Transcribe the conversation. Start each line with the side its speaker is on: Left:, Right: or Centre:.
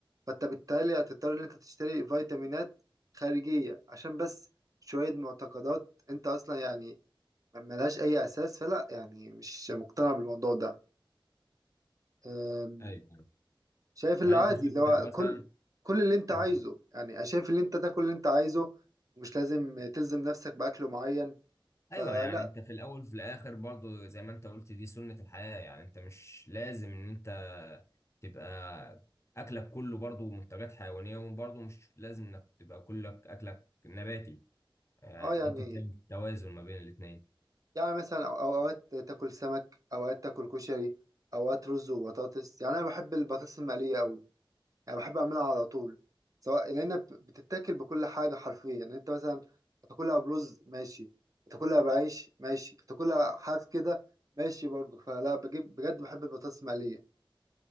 Right: فأنت بالتالي هتضطر إن أنت تشتري فيتامينات خارجية عشان بس شوية معتقدات أنت أصلا يعني ملهاش أي أساس فلا يعني مش مقتنع بالموضوع ده أم،
Left: ايوه ايوه
Right: شايف
Left: يعني
Right: اللي عادي
Left: انت شايف
Right: اللي
Left: انك
Right: هو
Left: مثلا
Right: كل كل اللي أنت
Left: ما-
Right: عايزه يعني أنا شايف اللي أنت تاكل اللي أنت عايزه ومش لازم تلزم نفسك بأكل معين فلا
Left: ايوه يعني انت في الاول وفي الاخر برضو زي ما انت قلت دي سنه الحياه يعني انت مش لازم ان انت تبقى اكلك كله برضو منتجات حيوانيه وبرضو مش لازم انك تبقى كلك اكلك نباتي يعني
Right: اه يعني
Left: ممكن تعمل توازن ما بين الاثنين
Right: يعني مثلا أو- اوقات تاكل سمك اوقات تاكل كشري اوقات رز وبطاطس يعني انا بحب البطاطس المقليه قوي يعني بحب اعملها على طول سواء لان بت- بتتاكل بكل حاجه حرفيا يعني انت مثلا تاكلها برز ماشي تاكلها بعيش ماشي تاكلها حاف كده ماشي برضه فلا بجيب بجد بحب البطاطس المقليه